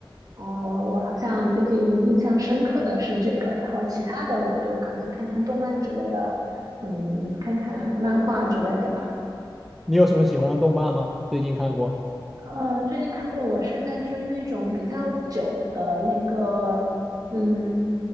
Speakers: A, on the right (about 45°); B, in the centre.
A: 哦，我好像最近印象深刻的是这个，然后其他的我就可能看看动漫之类的，嗯，看看漫画之类的吧。
B: 你有什么喜欢的动漫吗？最近看过
A: 呃，最近看过，我是在追那种比较久的那个，嗯，